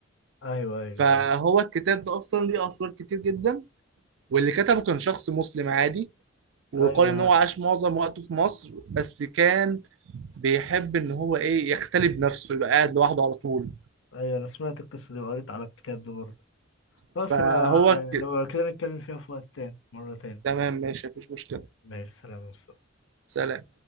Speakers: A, on the left; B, on the right.
A: ايوه ايوه
B: فهو
A: ايوه
B: الكتاب ده اصلا ليه اسرار كتير جدا واللي كتبه كان شخص مسلم عادي ويقال
A: ايوه
B: ان
A: انا
B: هو عاش معظم وقته في مصر بس كان بيحب ان هو ايه يختلي بنفسه يبقى قاعد لوحده على طول
A: ايوه انا سمعت القصه دي وقريت على الكتاب ده برضه خلاص
B: فهو
A: يبقى
B: ك...
A: لو كده نتكلم فيها في وقت تاني مره تاني
B: تمام ماشي مفيش مشكلة
A: ماشي سلام يا مصطفى
B: سلام